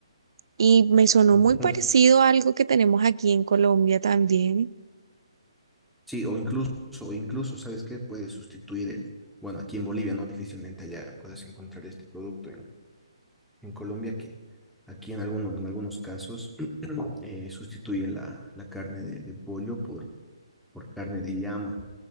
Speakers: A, on the right; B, in the centre.
A: y me sonó
B: Ujú.
A: muy parecido a algo que tenemos aquí en Colombia también.
B: Sí, o incluso, o incluso, ¿sabes qué? Puedes sustituir el, bueno, aquí en Bolivia, ¿no? Difícilmente allá puedas encontrar este producto en Colombia que aquí en, alguno- en algunos casos <clears throat> eh, sustituyen la, la carne de, de pollo por, por carne de llama.